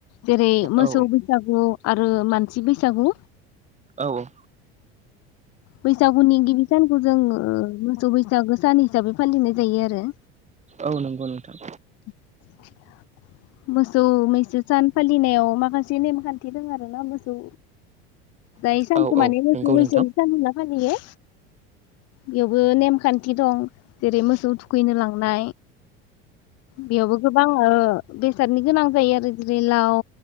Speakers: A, on the left (about 60°); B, on the right (about 25°).
A: जेरै मोसौ
B: औ
A: बैसागु आरो मानसि बैसागु।
B: औ
A: बैसागुनि गिबि सानखौ जों ओ मोसौ बैसागो सान हिसाबै फालिनाय जायो आरो
B: औ नंगौ नोंथां।
A: <unintelligible> मोसौ मैसो सान फालिनायाव माखासे नेमखान्थि दोङो आरो ना मोसौ जाय सानखौ
B: औ
A: माने
B: औ
A: मोसौ
B: नंगौ
A: मैसोनि
B: नोंथां
A: फालिला फालियो बेयावबो नेमखान्थि दं जेरै मोसौ थुखैनो लांनाय बेयावबो गोबां ओ बेसादनि गोनां जायो आरो जेरै लाव,